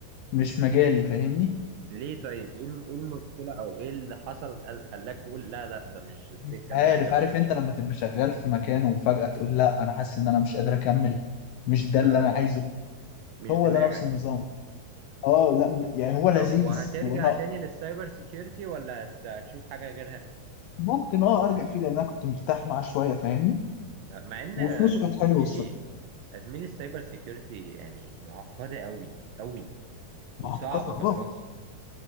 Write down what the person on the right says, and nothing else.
ليه طيب ايه الم- ايه المشكلة او ايه اللي حصل قال- خلاك تقول لا لا ده مش السكة
اللي انا عايز امشي
فيها
اه
مش
دماغك
طب وهترجع
تاني للسايبر سيكيورتي ولا هت- هتشوف حاجة غيرها
مع ان
زميلي
زميلي السايبر سيكيورتي يعني معقده قوي قوي
وصعبه
كدراسه